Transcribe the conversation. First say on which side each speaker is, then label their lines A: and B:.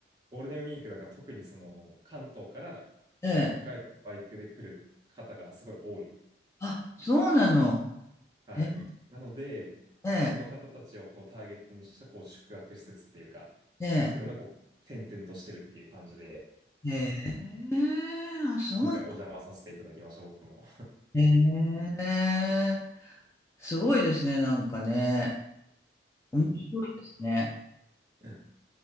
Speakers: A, on the right; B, on the left.
A: ゴールデンウィークなんか特にその関東からこう北海道のバイクで来る方がすごい多い。
B: ええ。ええあ、そうなの。
A: はい。
B: ええ、
A: なので、
B: ええ、
A: その方たちをこうターゲットにしたこう宿泊施設っていうか、
B: ええ。
A: っていうのがこう点々としてるっていう感じで、
B: ええ、あ、そうなの。
A: 今回お邪魔させていただきました、僕も。
B: ええ、すごいですね、なんかね。面白いですね。
A: <laughs>